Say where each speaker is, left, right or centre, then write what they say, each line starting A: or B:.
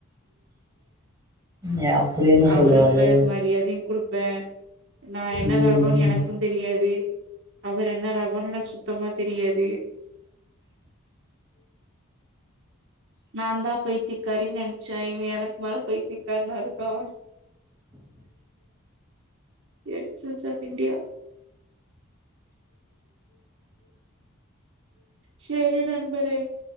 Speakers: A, on the right (about 15°); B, on the right (about 60°).
A: ஏ, அப்படி என்ன
B: அவருக்குமே
A: சொல்லுவார்
B: மரியாதையும் குடுப்பே நா என்ன
A: ம்
B: தரபோறன் எனக்கு தெரியாதே அவர் என்ன ரகன்னு சுத்தமா தெரியாதே நான் தா பைத்திக்காரின் நென்ச்சே இவ எனக்கு மேல பயத்திக்காரனா இருக்கா எரிச்சல் சாப் இன்டியா செரி நண்பரே